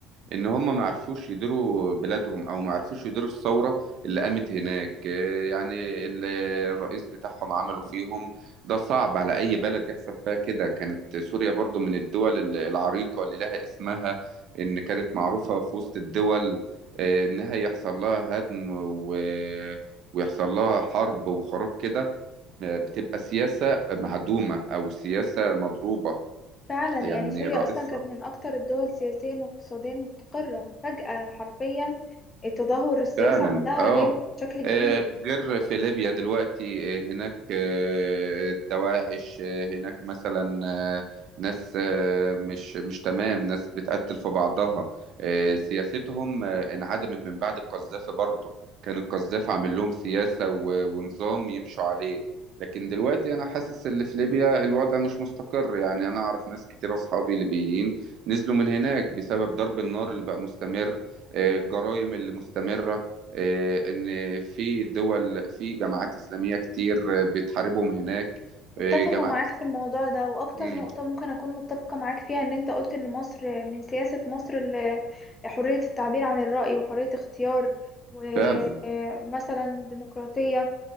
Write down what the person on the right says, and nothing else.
ان هم ما عرفوش يديروا بلادهم او ما عرفوش يديروا الثوره اللي قامت هناك آه، يعني اللي الرئيس بتاعهم عملوا فيهم ده صعب على اي بلد يحصل فيها كده كانت سوريا برضو من الدول ال- العريقه اللي لها اسمها ان كانت معروفه في وسط الدول آه، انها يحصل لها هدم و ويحصل لها حرب وخراب كده آه، بتبقى سياسة معدومة أو سياسة مضروبة
يعني
رئيسها
فعلا
اه
آه، غير في ليبيا دلوقتي آه، هناك آه، دواعش آه، هناك مثلا آه، ناس آه، مش مش تمام ناس بتقتل في بعضها آه، سياستهم آه، انعدمت من بعد القذافي برضه كان القذافي عامل لهم سياسة و- ونظام يمشوا عليه لكن دلوقتي انا حاسس ان في ليبيا الوضع مش مستقر يعني انا اعرف ناس كتير اصحابي ليبيين نزلوا من هناك بسبب ضرب النار اللي بقى مستمر آه، الجرايم اللي مستمرة آه، ان في دول في جماعات اسلاميه كتير آه، بتحاربهم هناك
آه، جماعات
إس-
مم،
فعلا